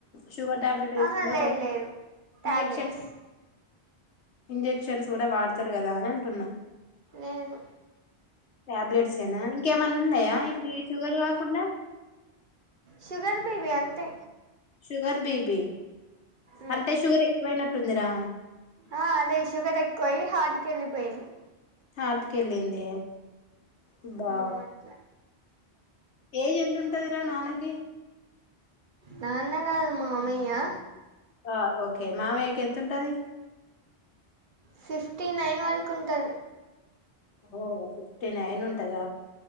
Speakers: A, on the left (about 85°); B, on the right (about 50°).
A: షుగర్ టాబ్లెట్ వేసుకున్నారు
B: ఆహా లేదు
A: కొందరు
B: లేదు
A: ఇంజక్షన్స్
B: టాబ్లెట్స్
A: ఇంజక్షన్స్ కూడా వాడతారు కదా అని అంటున్నా
B: లేదు
A: టాబ్లెట్స్ ఏనా ఇంకేమన్నా ఉన్నాయా ఇప్పుడు షుగర్ కాకుండా
B: షుగర్ బీపీ అంతే
A: షుగర్ బీపి
B: ఉమ్.
A: అంటే షుగర్ ఎక్కువయినట్టు ఉందిరా
B: ఆ అదే షుగర్ ఎక్కువయి హార్ట్ క వెళ్ళిపోయింది
A: హార్ట్ కీ వేలింది అబ్బా
B: ఉమ్, అట్లా
A: ఏజ్ ఎంత ఉంటదిరా నాన్న కీ
B: నాన్న కాదు మామయ్యా
A: ఆ ఓకే మామయ్యకి ఎంత ఉంటది
B: ఫిఫ్టీ నైన్ వరకు ఉంటుంది
A: ఓ ఫిఫిటినైన్ ఉంటాద